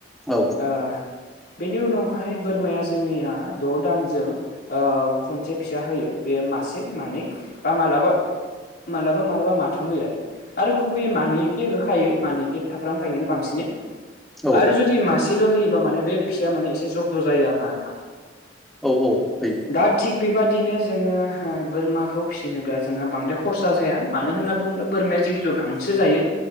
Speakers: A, in the centre; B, on the left.
A: औ।
B: आ बेनि उनावहाय बोरमाया ज जोंनिया द' दानजों ओ खनसे फिसा होयो बेयो मासे मानै। बा मालाबा मालाबा मालाबा माथाम होयो आरो आरो गुबैयै मानैखे होखायो मानैखे थाफ्रामखायो बांसिनै।
A: औ
B: आरो जुदि मासेल' होयोबा माने बे फिसाया माने एसे जब्द' जायो आरो ना
A: औ औ फै
B: दा थिग बेबादिनो जोङो बोरमाखौ फिसिनोब्ला जोंहा बांद्राय खरसा जाया मानो होनना बुङोब्ला बोरमाया जि गांसो जायो।